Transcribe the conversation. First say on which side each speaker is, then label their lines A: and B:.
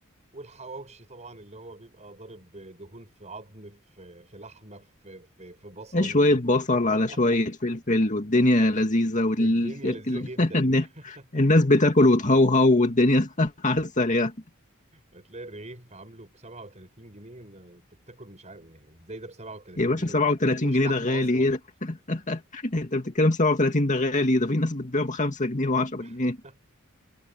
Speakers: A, on the right; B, on the left.
A: والحواوشي طبعا اللي هو بيبقى ضارب دهون في عظم في في لحمة في في, في بصل
B: إيه شوية
A: في
B: بصل
A: <laughs>
B: على شوية فلفل والدنيا لذيذة وال...
A: والدنيا
B: <laughs>
A: لذيذة جدا <laughs>
B: الناس بتاكل وتهوهو والدنيا <laughs> عسل يعني
A: هتلاقي الرغيف عامله ب 37 جنيه ما- انت بتاكل مش عارف يعني ازاي ده ب 37
B: يا باشا
A: جنيه
B: 37
A: ما فيهوش
B: جنيه
A: لحمه
B: ده غالي
A: اصلا
B: ايه ده <laughs> انت بتتكلم 37 ده غالي ده في ناس بتبيعه ب 5 جنيه و10 جنيه
A: <laughs>